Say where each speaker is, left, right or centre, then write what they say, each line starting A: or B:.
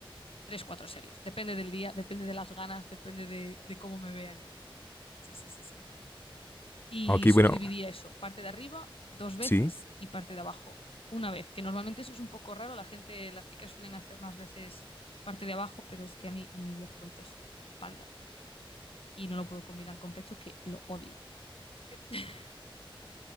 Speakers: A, on the left; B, on the left.
A: tres, cuatro series, depende del día, depende de las ganas, depende de, de cómo me vea yo. Sí, sí, sí, sí. Y
B: Ok,
A: solo
B: bueno,
A: dividía eso, parte de arriba dos veces
B: sí.
A: y parte de abajo una vez, que normalmente eso es un poco raro, la gente, las chicas suelen hacer más veces parte de abajo, pero es que a mí mi día favorito es eh, la espalda y no lo puedo combinar con pechos que lo odio. Así que- <laughs>